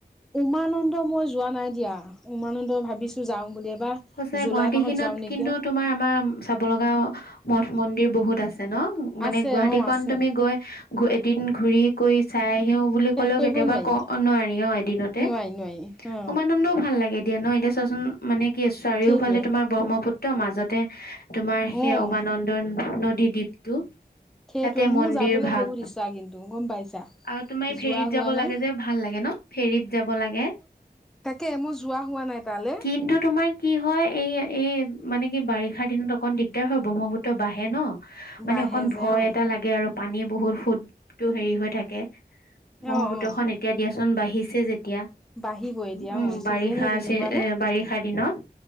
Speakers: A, in the centre; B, on the left (about 65°).
A: উমানন্দ মই যোৱা নাই দিয়া, উমানন্দ ভাবিছো যাওঁ বুলি। এবাৰ
B: সচা
A: জুলাই
B: গুৱাহাটী
A: মাহত
B: খিনত
A: যাওঁ নেকি
B: কিন্তু তোমাৰ আমাৰ। চাব লগা মঠ মন্দিৰ বহুত আছে ন। মানে
A: আছে
B: গুৱাহাটী
A: অ
B: খন
A: আছে
B: তুমি গৈ ঘূ এদিন ঘূৰি কৰি চাই আহিও বুলি
A: শেষ
B: ক'লেও
A: কৰিব
B: কেতিয়াবা
A: নোৱাৰি
B: ক নোৱাৰি অ এদিনতে।
A: নোৱাৰি নোৱাৰি অ
B: উমানন্দও ভাল লাগে দিয়া ন এতিয়া চোৱাচোন মানে কি চাৰিওফালে
A: সেইটোৱে
B: তোমাৰ ব্ৰহ্মপুত্ৰ মাজতে তোমাৰ সেই
A: অ
B: উমানন্দন নদী দ্বীপটো।
A: সেইটোৱেই,
B: তাতে
A: মোৰ
B: মন্দিৰ
A: যাবলে
B: ভাগ
A: বহুত ইচ্ছা কিন্তু গম পাইছা।
B: আৰু তুমি ফেৰীত
A: যোৱা
B: যাব
A: হোৱা
B: লাগে
A: নাই
B: যে, ভাল লাগে ন, ফেৰীত যাব লাগে।
A: তাকেই মোৰ যোৱা হোৱা নাই তালে।
B: কিন্তু তোমাৰ কি হয় এই এই মানে কি বাৰিষা দিনতট অকণ দিগদাৰ হয়, ব্ৰহ্মপুত্ৰ বাঢ়ে ন মানে
A: বাঢ়ে
B: অকণ
A: যে
B: ভয়
A: অ
B: এটা লাগে আৰু পানী বহুত সোত। টো হেৰি হৈ থাকে। ব্ৰহ্মপুত্ৰখন
A: অ অ
B: এতিয়া দিয়াচোন বাঢ়িছে যেতিয়া।
A: বাঢ়িব এতিয়া
B: উম
A: অ চিজনে
B: বাৰিষা
A: তেনেকুৱা
B: আছে
A: ন
B: এ বাৰিষা বাৰিষাৰ দিনত,